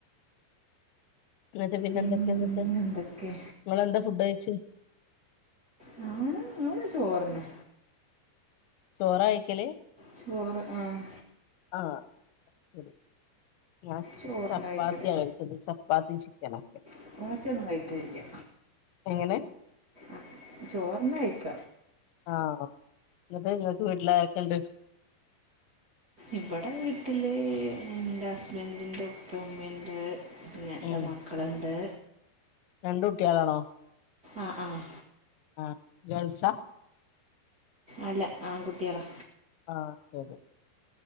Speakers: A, on the left; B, on the right.
A: ഇന്നിട്ട് പിന്നെ
B: പിന്നെന്തൊക്കെ
A: എന്തൊക്കെ ഇന്ന്ട്ട് ഇങ്ങളെന്താ ഫുഡ് കഴിച്ച്
B: ഞാന് ഞങ്ങള് ചോറന്നെ
A: ചോറാ കഴിക്കല്
B: ചോറ് ആഹ്
A: ആഹ് ശരി ഞാൻ
B: ചോറിനെ
A: ചപ്പാത്തിയാ
B: കഴിക്കൽ
A: കഴിച്ചത് ചപ്പാത്തിയും ചിക്കനൊക്കെ
B: ചപ്പാത്തി ഒന്നും കഴിക്കലില്ല്യ.
A: എങ്ങനെ
B: ആഹ് ചോറെന്നെ കഴിക്ക
A: ആഹ് ഇന്നിട്ട് ഇങ്ങക്ക് വീട്ടിലാരെക്കെ ഇണ്ട്?
B: ഇബടെ വീട്ടില് ഇന്റെ ഹസ്ബൻ്റിന്റെ ഉപ്പയും ഉമ്മിംണ്ട്. പിന്നെ ഇന്റെ
A: ഉം
B: മക്കള്ണ്ട്.
A: രണ്ട് കുട്ടികളാണോ?
B: ആഹ് ആഹ്
A: ആഹ് ഗേൾസ്സാ
B: അല്ല ആൺകുട്ടികളാ
A: ആഹ് ശരി